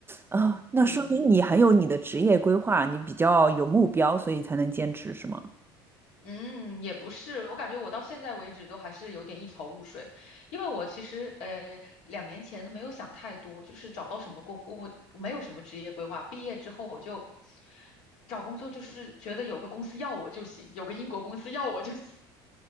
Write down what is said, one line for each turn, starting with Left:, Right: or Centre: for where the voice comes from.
Right: 啊，那说明你很有你的职业规划，
Left: 嗯
Right: 你比较有目标，所以才能坚持，是吗？
Left: 嗯，也不是，我感觉我到现在为止都还是有点一头雾水，因为我其实呃两年前没有想太多，就是找到什么工，我没有什么职业规划，毕业之后我就找工作，就是觉得有个公司要我就行，有个英国公司要我就行。